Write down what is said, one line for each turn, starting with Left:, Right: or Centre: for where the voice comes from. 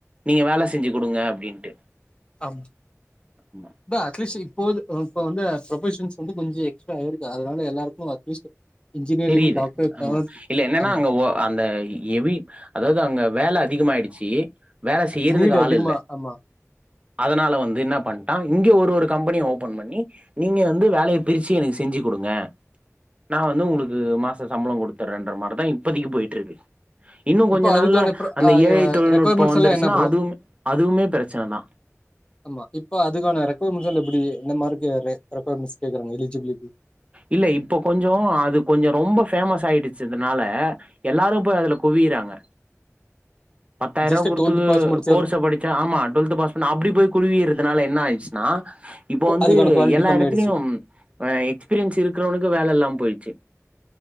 Right: நீங்க வேல செஞ்சு குடுங்க அப்டின்ட்டு
Left: அம்
Right: அம்மா
Left: இப்ப அட்லீஸ்ட் இப்போது அ இப்ப வந்து ப்ரொஃபஷன்ஸ் வந்து கொஞ்ச எக்ஸ்ட்ரா ஆயிருக்கு அதுனால எல்லாருக்கு அட்லீஸ்ட் இன்ஜினியரிங்,
Right: தெரியிது
Left: டாக்டர்
Right: ஆமா
Left: தவிர்த்
Right: இல்ல என்னனா
Left: ஆமா.
Right: அங்க ஒ அந்த எவி அதாது அங்க வேல அதிகமாயிடுச்சி வேல செய்யிறதுக்கு
Left: நீட்
Right: ஆளில்ல
Left: அதிகமா ஆமா.
Right: அதனால வந்து இன்னா பண் ட்டா இங்க ஒரு ஒரு கம்பெனிய ஓபன் பண்ணி நீங்க வந்து வேலய பிரிச்சு எனக்கு செஞ்சு குடுங்க நா வந்து ஓங்குளுக் கு மாச சம்பளம் குடுத்தர்றன்ற மார்தா இப்பதிக்கி போயிட்ருக்கு இன்னு
Left: இப்போ
Right: கொஞ்ச
Left: அதுக்கான
Right: நாள்ல
Left: ப்ர
Right: அந்த
Left: அ ய
Right: ஏஐ தொழில்நுட்போ
Left: ரெக்யர்மெண்ட்ஸ்
Right: வந்துருச்சுனா
Left: எல்லாம் என்ன ப்ரோ?
Right: அதுவும் அதுவுமே பிரச்சனதா
Left: ஆமா இப்ப அதுக்கான ரெக்கொர்மெண்டஸா இல்ல எப்பிடி இந்த மார்க்கு ரெ ரெக்கொயர்மெண்டஸ் கேக்குறாங்க எலிஜிபிலிட்டி
Right: இல்ல இப்ப கொஞ்சோ அது கொஞ்சோ ரொம்ப ஃபேமஸ் ஆயிடச்சதுனால எல்லாரும் போய் அதுல குவியிறாங்க பத்தாயிருவா
Left: ஜஸ்ட்
Right: குடுத்து
Left: டுவெல்த் பாஸ் முடிச்சால்
Right: கோர்ஸ படுச்சா ஆமா டுவெல்த் பாஸ் பண்ணா அப்டி போய் குழுவியிறதுனால என்ன ஆயிடுச்சுனா இப்ப
Left: கு-
Right: வந்து
Left: அதுக்கான குவாலிட்டி
Right: எல்லா
Left: கம்மியாயிடுச்சு
Right: எடத்துலயும் அ எக்ஸ்பீரியன்ஸ் இருக்குறவனுக்கு வேல இல்லாம போயிட்ச்சு